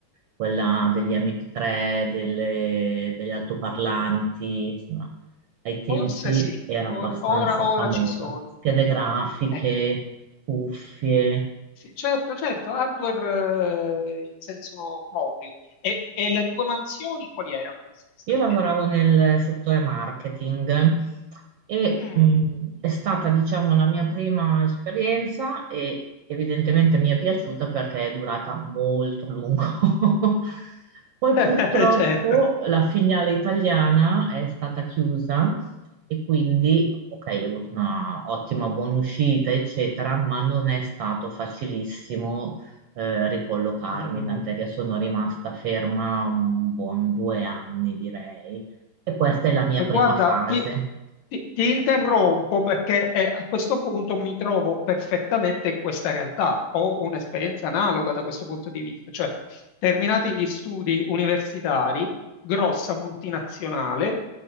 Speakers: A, on the right; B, on the left.
A: quella degli
B: Mm,
A: MP3, delle- degli altoparlanti, insomma, ai tempi
B: Forse sì,
A: era
B: or-
A: abbastanza
B: ora, ora
A: famosa.
B: ci sono.
A: Schede grafiche,
B: Eh,
A: cuffie.
B: sì, certo, certo, hardware, eh, in senso proprio. E, e le tue mansioni quali erano? su Questa
A: Io
B: azienda?
A: lavoravo nel settore marketing e
B: Mm.
A: mh, è stata, diciamo, la mia prima esperienza e evidentemente mi è piaciuta perché è durata molto a lungo. <laughs> Poi
B: <laughs>
A: purtroppo
B: Certo.
A: la filiale italiana è stata chiusa e quindi, ok, ho avuto una ottima buona uscita, eccetera, ma non è stato facilissimo eh, ricollocarmi,
B: Mm.
A: tant'è che sono rimasta ferma un buon due anni, direi. E questa
B: Ok.
A: è la mia
B: E
A: prima
B: guarda,
A: fase.
B: ti, ti- ti interrompo perché eh, a questo punto mi trovo perfettamente in questa realtà. Ho un'esperienza analoga da questo punto di vista, cioè terminati gli studi universitari, grossa multinazionale.